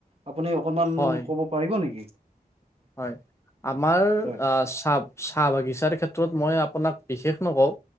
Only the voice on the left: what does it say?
হয়
হয় আমাৰ
চাহ চাহ বাগিচাৰ ক্ষেত্ৰত মই আপোনাক বিশেষ নকওঁ